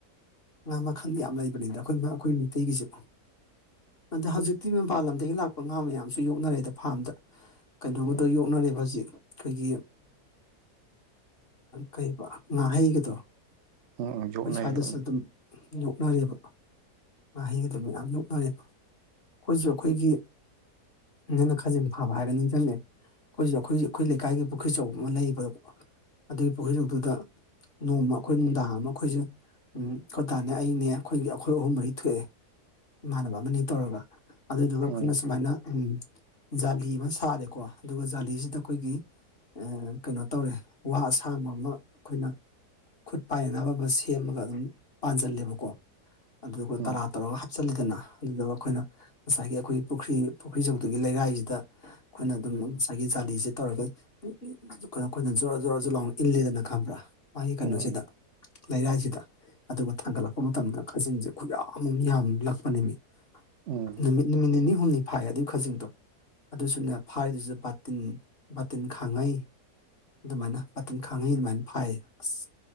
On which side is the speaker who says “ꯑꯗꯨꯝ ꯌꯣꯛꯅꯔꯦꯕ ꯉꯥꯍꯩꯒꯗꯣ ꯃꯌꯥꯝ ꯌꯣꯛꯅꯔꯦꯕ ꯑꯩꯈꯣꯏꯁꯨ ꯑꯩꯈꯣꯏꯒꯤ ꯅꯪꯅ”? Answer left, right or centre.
Left